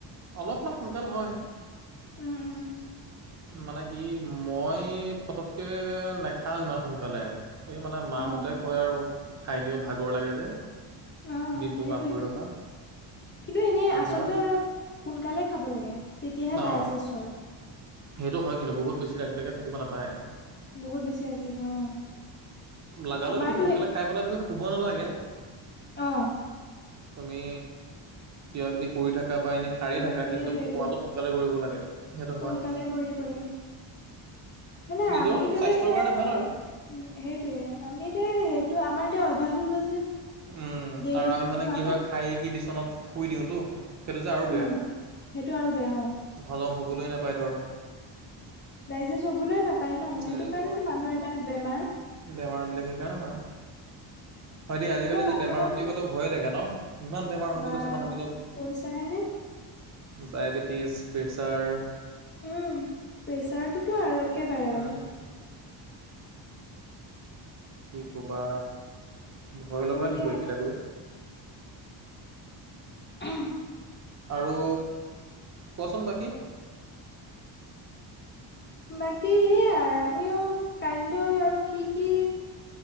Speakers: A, on the right (about 35°); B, on the left (about 25°).
A: অলপমান সোনকাল হয়
B: উম উম
A: মানে কি মই পটকক নাখাও ইমান সোনকালে এই মানে মাহঁতে
B: অ
A: কয় আৰু খাই দিওঁ ভাগৰ লাগে যে
B: অ অ
A: দিনটো
B: সেইটোৱে
A: কাম কৰি থকা
B: কিন্তু এনেই আচলতে
A: মই
B: সোনকালে খাব লাগে তেতিয়াহে ডাইজেষ্ট
A: অঁ
B: হয়
A: সেইটো হয় কিন্তু বহুত বেছি ৰাতিলৈকে থাকিব নাপায়
B: বহুত বেছি ৰাতিলৈকে অ
A: লগালো
B: আমাৰতো
A: তুমি সোনকালে খাই পেলাই তুমি শুব নালাগে
B: আহ
A: তুমি কিবা কিবি কৰি থাক বা এনেই সাৰি
B: কিবা
A: থাকা
B: কিবি
A: কিন্তু
B: সেইটোৱে সেইটোৱে
A: খোৱাতটো সোনকালে কৰিব লাগে সেইটো
B: সোনকালে
A: হয়
B: কৰি দিব লাগে ানে
A: নিজৰ
B: আমি ধৰি
A: স্বাস্থ্যৰ
B: লও এতিয়া
A: কাৰণে ভাল আৰু
B: সেইটোয়ে আমি যে সেইটো আমাৰ এতিয়া অভ্যাস হৈ গ'ল যে
A: উম
B: দেৰিকৈ
A: আৰু আমি মানে
B: খোৱাটো
A: কি হয় খায়ে কি বিচনাত শুই দিওঁতো সেইটো যে আৰু
B: উম
A: বেয়া
B: সেইটো আৰু বেয়া অ
A: হলম হ'বলৈ নাপায় ধৰ
B: ডাইজেষ্ট হবলৈ নাপায় ন সেইটো
A: ডাইজেষ্ট
B: কাৰণেতো
A: হ'ব নাপায়
B: মানুহৰ ইমান বেমাৰ
A: বেমাৰ বিলাক সেইকাৰণে হয়। হয় দেই আজিকালি
B: অলপ ভাত
A: যে বেমাৰ
B: কেইটে
A: বুলি ক'লে ভয়ে লাগে ন? ইমান বেমাৰ হ'ব
B: বা
A: লৈছে মানুহ
B: কৈছাহে নে
A: ডায়বেটিছ প্ৰেছাৰ
B: উম প্ৰেচাৰটোতো আৰু একেবাৰে আৰু
A: উম কি ক'বা ভয় লগা
B: হয়
A: দিশয়
B: দিয়া
A: এইবিলাকো
B: হ
A: আৰু কোৱাচোন বাকী
B: বাকী সেয়া আমিও কাইলৈ আৰু কি কি